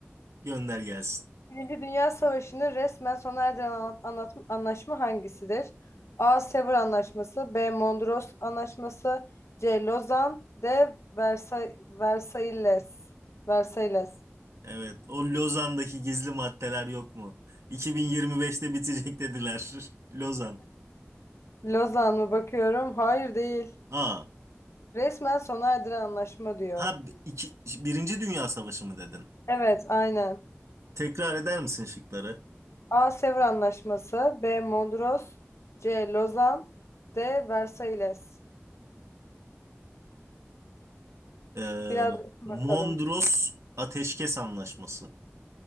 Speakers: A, on the right; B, on the left.
A: Gönder gelsin.
B: Birinci Dünya Savaşı'nı resmen sona erdiren anla- anlat- anlaşma hangisidir? A. Sevr Anlaşması B. Mondros Anlaşması C. Lozan D. Versa Versailles Versailles
A: Evet o Lozan'daki gizli maddeler yok mu? 2025'te bitecek dediler. <laughs> Lozan.
B: Lozan mı bakıyorum? Hayır değil.
A: Aa,
B: Resmen sona erdiren anlaşma diyor.
A: ha iki, Birinci Dünya Savaşı mı dedin?
B: Evet, aynen.
A: Tekrar eder misin şıkları?
B: A. Sevr Anlaşması B. Mondros C. Lozan D. Versailles
A: Ee,
B: Biraz düşün
A: Mondros
B: bakalım.
A: Ateşkes Anlaşması.